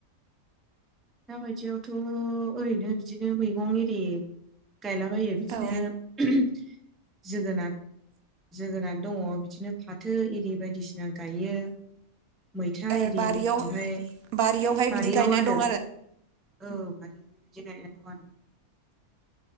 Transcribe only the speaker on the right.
औ
ए
बारियाव
बारियावहाय
बिदि गायनाय
दं